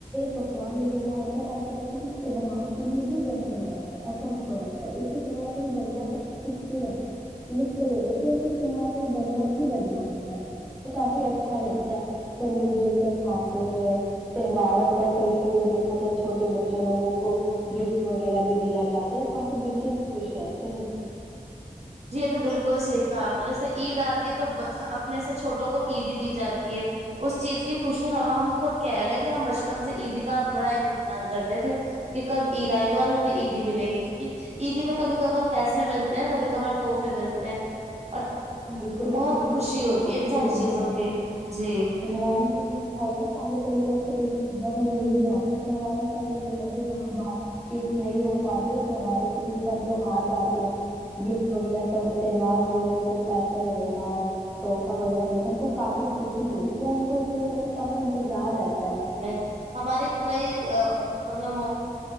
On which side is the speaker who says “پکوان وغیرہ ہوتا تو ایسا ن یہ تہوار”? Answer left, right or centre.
Centre